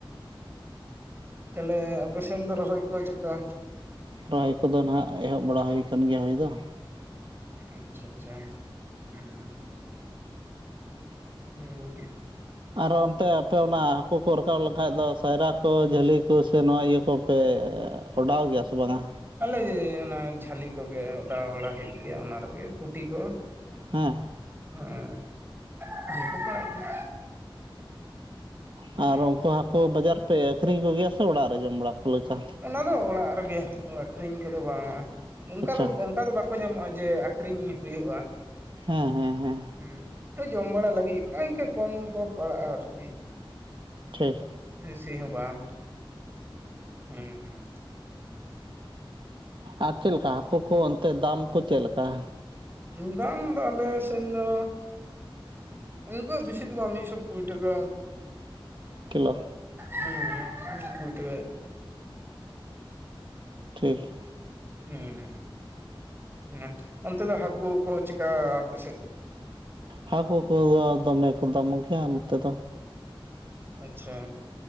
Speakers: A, on the right; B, on the right.
A: ᱛᱟᱦᱞᱮ ᱟᱯᱮ ᱥᱮᱱ ᱫᱚ ᱨᱚᱦᱚᱭ ᱠᱚ ᱪᱮᱫ ᱞᱮᱠᱟ?
B: ᱨᱚᱦᱚᱭ ᱠᱚᱫᱚ ᱱᱟᱦᱟᱸᱜ ᱮᱦᱚᱵ ᱵᱟᱲᱟ ᱦᱩᱭ ᱟᱠᱟᱱ ᱜᱮᱭᱟ ᱦᱳᱭ ᱫᱚ,
A: ᱟᱪᱪᱷᱟ ᱟᱪᱪᱷᱟ ᱦᱮᱸ <unintelligible>
B: ᱟᱨᱚ ᱚᱱᱛᱮ ᱟᱯᱮ ᱚᱱᱟ ᱦᱟᱹᱠᱩ ᱠᱚ ᱨᱟᱠᱟᱵ ᱞᱮᱱᱠᱷᱟᱡ ᱫᱚ ᱥᱟᱭᱨᱟ ᱠᱚ ᱡᱷᱟᱹᱞᱤ ᱠᱚ ᱥᱮ ᱱᱚᱣᱟ ᱤᱭᱟᱹ ᱠᱚᱯᱮ ᱚᱰᱟᱣ ᱜᱮᱭᱟ ᱥᱮ ᱵᱟᱝᱟ-ᱟ?
A: ᱟᱞᱮ ᱚᱱᱟ ᱡᱷᱟᱹᱞᱤ ᱠᱚᱜᱮ ᱚᱰᱟᱣ ᱵᱟᱲᱟ ᱦᱩᱭᱩᱜ ᱜᱮᱭᱟ ᱚᱱᱟ ᱨᱮᱜᱮ ᱯᱩᱴᱤ ᱠᱚ
B: ᱦᱮᱸ
A: ᱦᱮᱸ <unintelligible> ᱦᱩᱸ
B: ᱟᱨ ᱩᱱᱠᱩ ᱦᱟᱹᱠᱩ ᱵᱟᱡᱟᱨ ᱯᱮ ᱟᱹᱠᱷᱨᱤᱧ ᱠᱚ ᱜᱮᱭᱟ ᱥᱮ ᱚᱲᱟᱜ ᱨᱮ ᱡᱚᱢ ᱵᱟᱲᱟ? ᱠᱚ ᱞᱮᱠᱟ
A: ᱚᱱᱟ ᱫᱚ ᱚᱲᱟᱜ ᱨᱮᱜᱮ ᱟᱹᱠᱷᱨᱤᱧ ᱠᱚᱫᱚ ᱵᱟᱝ-ᱟ ᱚᱱᱠᱟ
B: ᱟᱪᱪᱷᱟ
A: ᱫᱚ ᱚᱱᱠᱟ ᱫᱚ ᱵᱟ ᱵᱟᱠᱚ ᱧᱟᱢᱚᱜᱼᱟ ᱡᱮ ᱟᱹᱠᱷᱨᱤᱧ ᱦᱩᱭᱩᱜᱼᱟ᱾
B: ᱦᱮᱸ ᱦᱮᱸ ᱦᱮᱸ᱾
A: ᱦᱩᱸ ᱛᱚ ᱡᱚᱢ ᱵᱟᱲᱟ ᱞᱟᱹᱜᱤᱫ ᱤᱱᱠᱟᱹ ᱠᱚᱢ ᱠᱚ ᱯᱟᱲᱟᱜᱼᱟ ᱟᱨᱠᱤ᱾
B: ᱴᱷᱤᱠ᱾
A: ᱵᱮᱥᱤ ᱦᱚᱸ ᱵᱟᱝ᱾ ᱦᱩᱸ ᱦᱩᱸ᱾
B: ᱟᱨ ᱪᱮᱫ ᱞᱮᱠᱟ ᱦᱟᱹᱠᱩ ᱠᱚ ᱚᱱᱛᱮ ᱫᱟᱢ ᱠᱚ ᱪᱮᱫ ᱞᱮᱠᱟ?
A: <unintelligible> ᱫᱟᱢ ᱫᱚ ᱟᱞᱮ ᱥᱮᱱ ᱫᱚ, ᱩᱱᱠᱩ ᱵᱤᱥᱤ ᱫᱚ ᱵᱟᱝ ᱢᱤᱫ ᱥᱚ ᱠᱩᱲᱤ ᱴᱟᱠᱟ᱾
B: ᱠᱮᱞᱳ᱾
A: ᱦᱮᱸ ᱦᱮᱸ <unintelligible>
B: ᱴᱷᱤᱠ᱾
A: ᱦᱩᱸ ᱦᱩᱸ ᱦᱮᱸ ᱚᱱᱛᱮ ᱫᱚ ᱦᱟᱹᱠᱩ ᱠᱚ ᱪᱮᱠᱟ ᱟᱯᱮ ᱥᱮᱫ?
B: ᱦᱟᱹᱠᱩ ᱠᱚ ᱫᱚᱢᱮ ᱠᱚ ᱫᱟᱢ ᱜᱮᱭᱟ ᱱᱚᱛᱮ ᱫᱚ᱾
A: ᱟᱪᱪᱷᱟ᱾